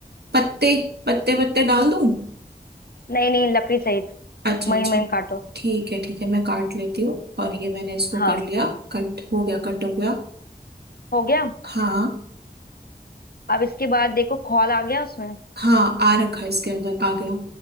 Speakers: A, on the right (about 85°); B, on the left (about 65°).
A: पत्ते पत्ते पत्ते डाल दूं
B: नहीं नहीं लकड़ी सहित
A: अच्छा
B: महीन
A: अच्छा
B: महीन काटो
A: ठीक है ठीक है मैं काट लेती हूँ और ये मैंने इसको
B: हाँ
A: कर लिया कट हो गया कट हो गया
B: हो गया
A: हाँ
B: अब इसके बाद देखो खौल आ गया उसमें
A: हाँ आ रखा है इसके अंदर आ गया